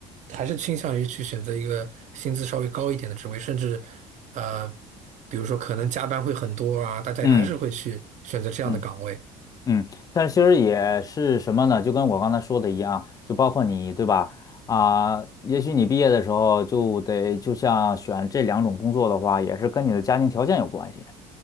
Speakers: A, on the right; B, on the left.
A: 还是倾向于去选择一个薪资稍微高一点的职位，甚至呃，比如说可能加班会很多啊，大家还是会去选择这样的岗位。
B: 嗯嗯嗯，但是其实也是什么呢？就跟我刚才说的一样，就包括你，对吧？啊、也许你毕业的时候就得，就像选这两种工作的话，也是跟你的家庭条件有关系，